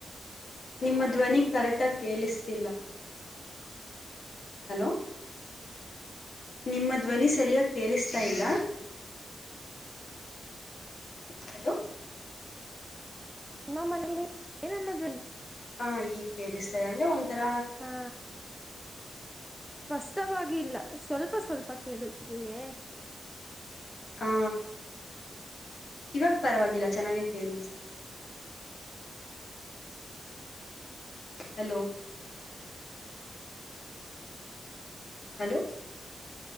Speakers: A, on the left; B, in the centre.
A: ನಿಮ್ಮ ಧ್ವನಿ ಕರೆಟಾಗಿ ಕೇಳಿಸ್ತಿಲ್ಲ ಹಲೋ ನಿಮ್ಮ ಧ್ವನಿ ಸರಿಯಾಗಿ ಕೇಳಿಸ್ತಾ ಇಲ್ಲ ಹಲೋ
B: ನಮ್ಮ ಮನೇಲಿ ಏನ ಅನ್ನೋದಲ್ಲಿ
A: ಹಾ ಈಗ ಕೇಳಿಸ್ತದೆ ಅಂದ್ರೆ ಒಂಥರ
B: ಹಾ ಸ್ಪಷ್ಟವಾಗಿ ಇಲ್ಲ ಸ್ವಲ್ಪ ಸ್ವಲ್ಪ ಕೇಳುದ್ರಯೇ
A: ಹಾ ಇವಾಗ ಪರವಾಗಿಲ್ಲ ಚೆನ್ನಾಗೆ ಕೇಳಿಸ್ತಾ ಇದೆ ಹಲೋ ಹಲೋ